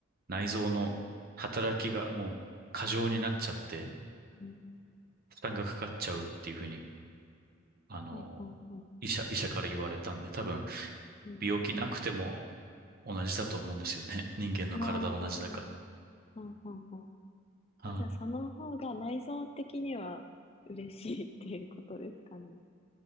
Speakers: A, on the right (about 50°); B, on the left (about 30°).
A: 内臓の働きがもう過剰になっちゃって、
B: うん
A: 負担がかかっちゃうっていうふうに、あの、
B: ほうほうほ
A: 医者、医者から言われたんで、多分
B: う。うん。
A: 病気なくても同じだと思うんですよね。<laughs> 人間の体は同じだから。
B: ああ。ほうほうほう。
A: はい。
B: あ、じゃあその方が内臓的には嬉しいっていうことですかね。